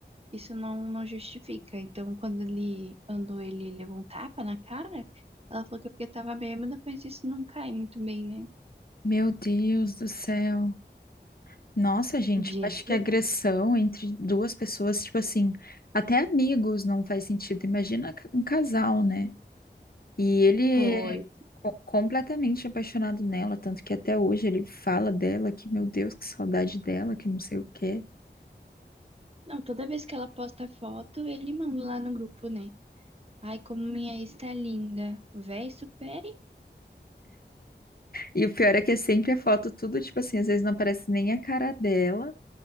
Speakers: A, on the right (about 35°); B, on the left (about 55°).
A: isso não, não justifica. Então, quando ele, quando ele levou um tapa na cara, ela falou que é porque tava bêbada, mas isso não cai muito bem, né?
B: Meu Deus do céu. Nossa, gente,
A: Jesse,
B: eu acho que agressão entre duas pessoas, tipo assim, até amigos não faz sentido. Imagina ca- um casal, né? E ele
A: pois.
B: é co- completamente apaixonado nela, tanto que até hoje ele fala dela que, meu Deus, que saudade dela, que não sei o quê.
A: Não, toda vez que ela posta foto, ele manda lá no grupo, né? Ai, como minha ex tá linda. Véi, supere.
B: E o pior é que é sempre a foto, tudo, tipo assim, às vezes não aparece nem a cara dela.